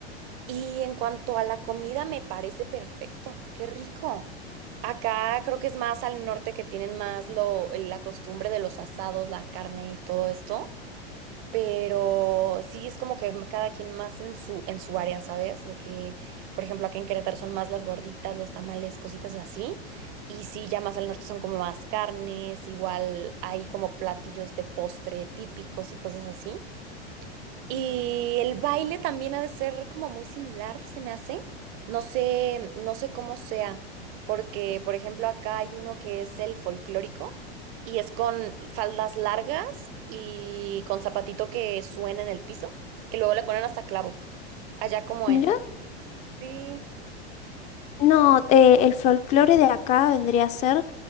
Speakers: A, on the right; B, on the left.
A: Y en cuanto a la comida, me parece perfecto. Qué rico. Acá creo que es más al norte que tienen más lo, la costumbre de los asados, la carne y todo esto. Pero sí es como que cada quien más en su, en su área, ¿sabes? De que, por ejemplo, acá en Querétaro son más las gorditas, los tamales, cositas así. Y sí, ya más al norte son como más carnes, igual hay como platillos de postre típicos y cosas así. Y el baile también ha de ser como muy similar, se me hace. No sé, no sé cómo sea, porque por ejemplo acá hay uno que es el folclórico y es con faldas largas y con zapatito que suena en el piso, que luego le ponen hasta clavos. Allá como
B: Mira.
A: es. Sí.
B: No, eh, el folclore de acá vendría a ser,